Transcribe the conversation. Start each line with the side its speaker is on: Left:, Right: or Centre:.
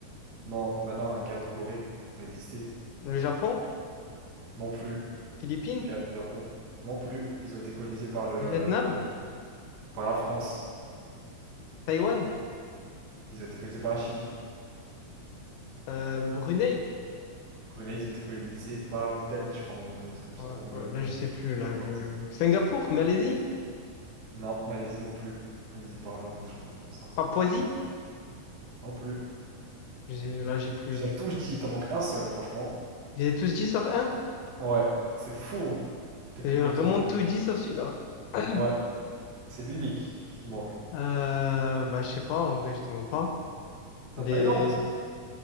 Right: Non, maintenant, guerre de Corée. Ça existait.
Left: Le Japon?
Right: Non plus.
Left: Philippines?
Right: Guerre du Japon. Non plus. Ils ont été colonisés par le, la-
Left: Le Vietnam?
Right: le- par la France.
Left: Taïwan?
Right: Ils ont été colonisés par la Chine.
Left: Euh, Brunei?
Right: Brunei, ils ont été colonisés par l'Italie, je crois, à un moment donné, un truc comme ça.
Left: Ouais,
Right: Ou
Left: faut-
Right: le, le-
Left: là, je sais plus. Là,
Right: Hollande.
Left: je... Singapour, Malaisie,
Right: Non, Malaisie non plus. Colonisée par l'Inde, je crois, un truc comme ça.
Left: Papouasie.
Right: Non plus.
Left: Je sais- Là, j'ai plus.
Right: Tu
Left: j'ai
Right: as tout
Left: plus-
Right: dit, il t'en manque un seul, franchement.
Left: J'ai tous dit sauf un.
Right: Ouais, c'est fou, hein. T'es plus
Left: J'ai
Right: contourné.
Left: vraiment tout dit sauf celui-là. <clears throat>
Right: Ouais, c'est l'unique qui te manque.
Left: Euh, bah, je sais pas, en vrai, je te mens pas. Les...
Right: La Thaïlande?